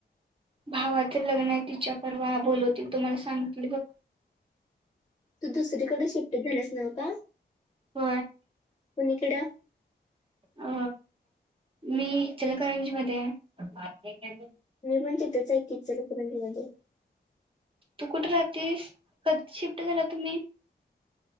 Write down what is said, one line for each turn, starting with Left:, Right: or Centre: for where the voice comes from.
Right: भावाच लग्न आहे तिच्या परवा बोलवतील तुम्हाला सांगित बघ
Left: तू दुसरीकडे शिफ्ट झालेस नव का.
Right: हो
Left: कुणीकडं
Right: अ मी इचलकरंजी मध्ये ये
Left: मी पण तिथेच ऐकी इचलकरजी मध्ये
Right: तू कुठे राहतेस कधी शिफ्ट झाला तुम्ही?